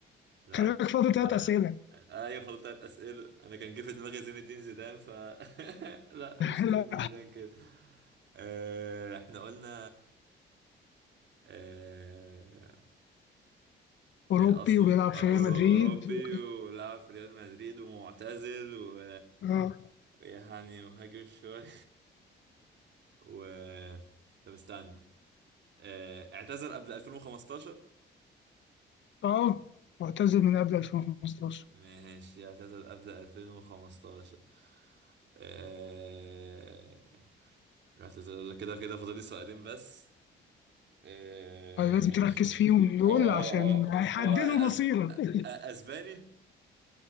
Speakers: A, on the right; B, on the left.
A: لا
B: خلي بالك فاضل
A: ما
B: ثلاث اسئله
A: ايوه خلطت اسئله انا كان جه في دماغي زين الدين زيدان ف <laughs> لا
B: <laughs>
A: مش زين
B: لا
A: الدين زيدان كده آه احنا قلنا آه
B: اوروبي
A: إيه اصله
B: وبيلعب
A: أورو-
B: في ريال مدريد
A: اوروبي
B: و-
A: ولعب في ريال مدريد ومعتزل و
B: اه
A: يعني مهاجم شوية <laughs> و طب استنى آه، اعتزل قبل 2015
B: اه معتزل من قبل 2015
A: ماشي اعتزل قبل 2015 آه، اعتزل قبل كده كده فاضل لي سؤالين بس آه،
B: آه، لازم تركز
A: ماشي
B: فيهم دول
A: هو اه
B: عشان
A: اه
B: هيحددوا
A: هو أز...
B: مصيرك
A: أ-
B: <laughs>
A: اسباني